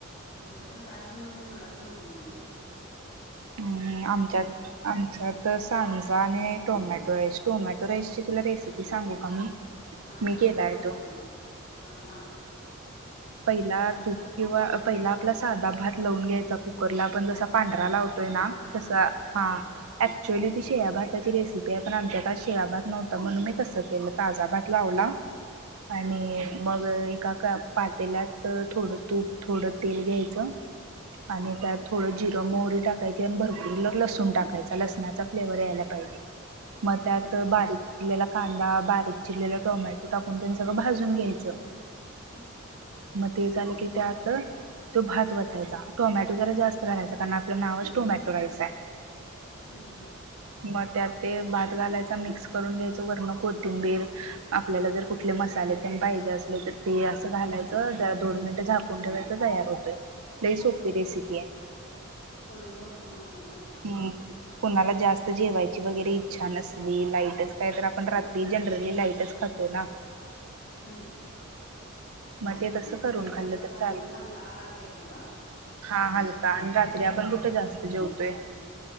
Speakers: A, on the left (about 30°); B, on the right (about 75°).
A: आमच्याकडं काय बनवलंय मलाच माहीत नाही गं. <inaudible>
B: हम्म आमच्यात, आमच्यात सांजा आणि टोमॅटो टोमॅटो राईसची तुला रेसिपी सांगू का मी?
A: हा
B: मी
A: सांग
B: केलाय
A: ना, सांग
B: तो
A: ना, हा सांग.
B: पहिला तूप किंवा पहिला आपला साधा भात लावून घ्यायचा कुकरला. आपण जसा पांढरा लाव तोय ना
A: पांढरा
B: तसा.
A: हम्म
B: हां ऍक्च्युली ती
A: हम्म
B: शिळ्या भाताची रेसिप पी पण आमच्यात शिळा भात नव्हता, म्हणून मी तसं केलं ताजा भात लावला
A: हा
B: आणि मग एकाका पात तेल्यात थोडं तूप, थोडं तेल घ्यायचं. आणि त्यात थोडं जिरं, मोहरी टाकायची आणि भरपूर लसून टाकायचा. लसणाचा फ्लेवर यायला पा हीजे. मग त्यात
A: हम्म
B: बारीक चिरलेला कांदा, बारीक चिरलेला टोमॅटो टाकून तेन सगळं भाजून घ्यायचं.
A: हम्म.
B: मग ते झालं की त्यात तो भात वतायचा. टोमॅटो जरा जास्त घालायचा कारण आपलं नावच टोमॅटो राईस हाय.
A: हम्म हम्म.
B: मग त्यात ते भात घालायचा मिक्स करून घ्यायचं. वरणं कोथिंबीर, आपल्याला जर कुठले मसा ले तेन पाहिजे असलं तर ते असं घालायचं. जरा दोन मिनिटं झाकून ठेवायचं, तयार होतंय. लैई सोपी रेसिपी
A: असं
B: हाय.
A: करून बघतो मग मी पण.
B: हम्म! कुणाला जास्त जेवायची वगैरे इच्छा नसली, लाईटच काय तर आप आपण रात्री जनरली लाईटच खातोय ना?
A: हम्म.
B: ते तसं
A: मग
B: करून
A: ते
B: खाल्लं
A: तसं
B: तर
A: बनवून
B: चालेल
A: हलका आहार घ्यायचा का?
B: हा हलका आणि रात्री आपण कुठं जास्त जेवतोय